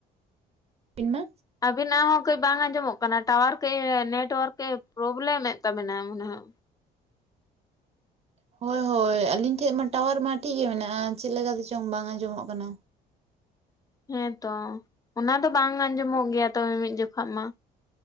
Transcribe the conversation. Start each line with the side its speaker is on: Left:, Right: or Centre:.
Right: ᱤᱧ ᱢᱟ
Left: ᱟᱵᱤᱱᱟᱜ ᱦᱚᱸ ᱠᱟᱹᱡ ᱵᱟᱝ ᱟᱸᱡᱚᱢᱚᱜ ᱠᱟᱱᱟ ᱴᱟᱣᱟᱨ ᱠᱟᱹᱡ ᱮ ᱱᱮᱴᱳᱣᱟᱨᱠ ᱠᱟᱹᱡ ᱯᱨᱚᱵᱞᱮᱢᱮᱫ ᱛᱟᱵᱤᱱᱟ ᱢᱚᱱᱮ ᱦᱚᱭ᱾
Right: ᱦᱳᱭ ᱦᱳᱭ ᱟᱹᱞᱤᱧ ᱴᱷᱮᱡ ᱢᱟ ᱴᱟᱣᱟᱨ ᱢᱟ ᱴᱷᱤᱼᱜᱮ ᱢᱮᱱᱟᱜᱼᱟ ᱪᱮᱫ ᱞᱮᱠᱟ ᱛᱮ ᱪᱚᱝ ᱵᱟᱝ ᱟᱸᱡᱚᱢᱚᱜ ᱠᱟᱱᱟ᱾
Left: ᱦᱮᱸᱛᱚ ᱚᱱᱟ ᱫᱚ ᱵᱟᱝ ᱟᱸᱡᱚᱢᱚᱜ ᱜᱮᱭᱟ ᱛᱚᱵᱮ ᱢᱤᱜ ᱡᱚᱠᱷᱟᱜ ᱢᱟ᱾